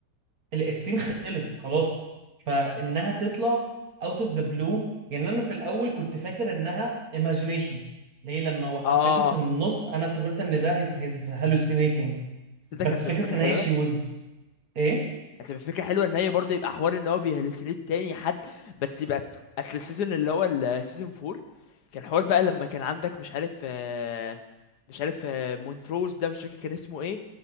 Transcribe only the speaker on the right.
ال- السين خلص خلاص فانها تطلع اوت اوف ذا بلو يعني انا في الاول كنت فاكر انها ايماجينيشن ليه لما وقفته
في النص انا افتكرت ان ده هيز هيز هالوسينيتنج
بس
فكره
ان
هي شي وز ايه